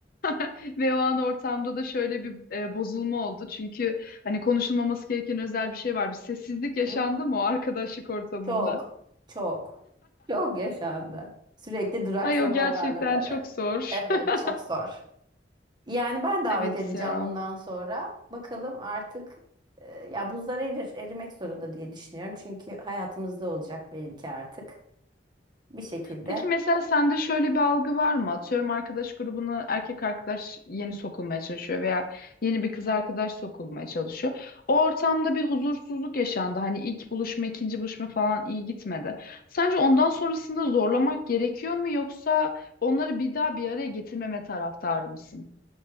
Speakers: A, on the left; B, on the right.
A: <laughs> ve o an ortamda da şöyle bir e, bozulma oldu. Çünkü hani konuşulmaması gereken özel bir şey var. Bir sessizlik yaşandı
B: <laughs>
A: mı o arkadaşlık ortamında?
B: Çok, çok, çok yaşandı. Sürekli duraksamalarla
A: Ay o gerçekten
B: böyle.
A: çok zor.
B: Evet,
A: <laughs>
B: çok zor. Yani ben davet
A: Evet
B: edeceğim
A: ya.
B: bundan sonra. Bakalım artık e, ya buzlar erir, erimek zorunda diye düşünüyorum. Çünkü hayatımızda olacak belli ki artık. Bir şekilde.
A: Peki mesela sende şöyle bir algı var mı? Atıyorum arkadaş grubuna erkek arkadaş yeni sokulmaya çalışıyor veya yeni bir kız arkadaş sokulmaya çalışıyor. O ortamda bir huzursuzluk yaşandı. Hani ilk buluşma, ikinci buluşma falan iyi gitmedi. Sence ondan sonrasında zorlamak gerekiyor mu yoksa onları bir daha bir araya getirmeme taraftarı mısın?